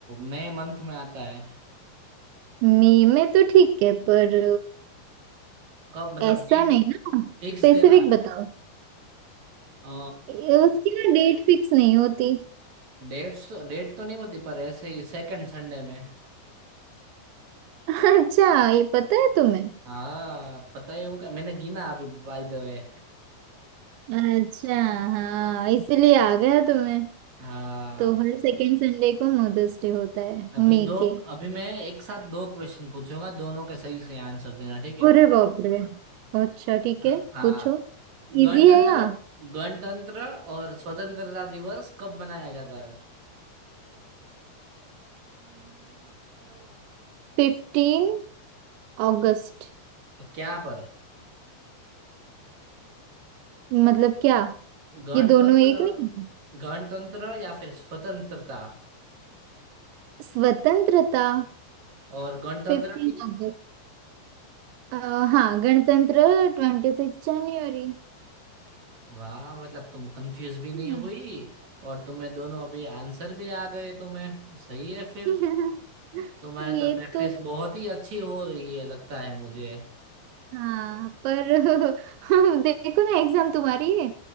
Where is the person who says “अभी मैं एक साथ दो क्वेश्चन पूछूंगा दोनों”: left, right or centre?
Right